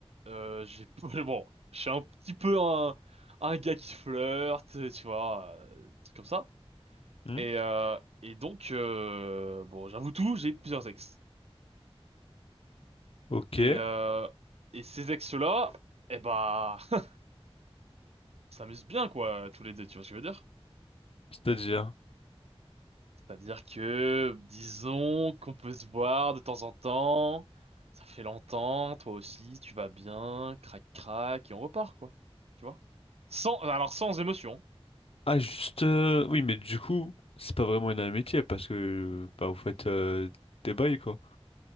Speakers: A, on the right (about 75°); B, on the left (about 65°).
A: euh, j'ai, <laughs> bon, je suis un petit peu un, un gars qui flirte, tu vois, euh, truc comme ça.
B: Hmm
A: Et, euh, et donc, euh, bon, j'avoue tout, j'ai plusieurs ex.
B: Ok,
A: Et, euh, et ces ex-là, eh bah, <laughs> on s'amuse bien, quoi, tous les deux, tu vois ce que je veux dire?
B: c'est-à-dire.
A: C'est-à-dire que, disons qu'on peut se voir de temps en temps, ça fait longtemps, toi aussi, tu vas bien, crac crac, et on repart, quoi. Tu vois? Sans, alors sans émotion.
B: Ah, juste. euh, Oui, mais du coup, c'est pas vraiment une amitié parce que bah vous faites euh, des bails quoi.